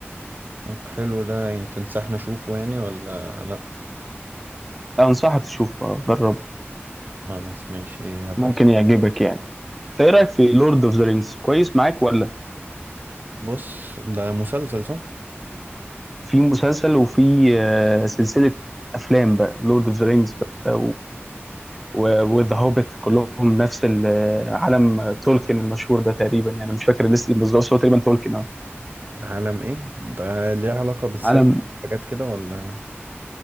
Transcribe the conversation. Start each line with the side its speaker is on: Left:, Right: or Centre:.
Right: طب حلو ده يعني تنصحنا نشوفه يعني ولا لا
Centre: انصحك تشوفه جرب
Right: خلاص ماشي هبقى
Centre: ممكن
Right: أش-
Centre: يعجبك يعني انت ايه رايك في لورد اوف ذا رينجز كويس معاك ولا
Right: بص ده مسلسل صح
Centre: في مسلسل وفي آه، سلسله افلام بقى لورد اوف ذا رينجز بقى وذا هوبيت كلهم نفس ال- آه، عالم آه، تولكن المشهور ده تقريبا يعني مش فاكر لسه بالظبط بس هو تقريبا تولكن اه
Right: عالم ايه ده ليه علاقة بالسحر
Centre: عالم
Right: حاجات كده ولا